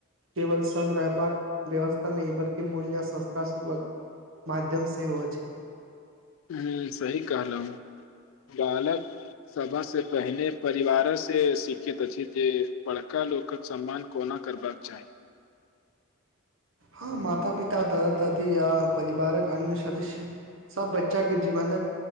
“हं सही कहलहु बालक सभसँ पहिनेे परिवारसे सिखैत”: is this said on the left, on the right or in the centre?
Left